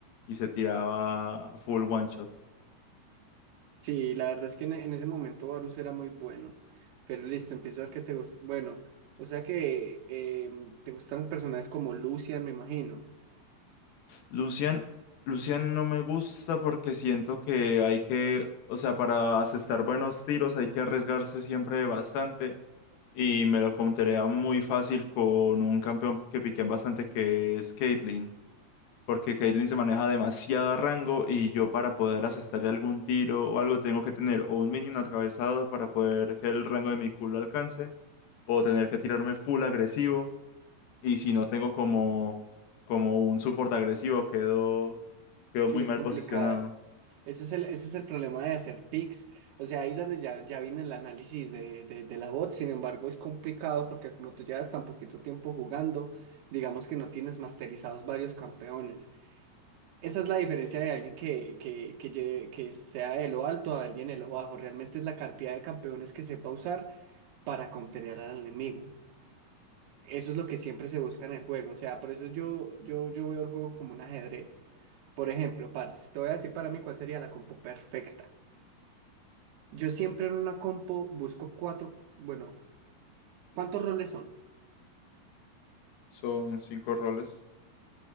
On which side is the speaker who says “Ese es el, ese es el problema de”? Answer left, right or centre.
Right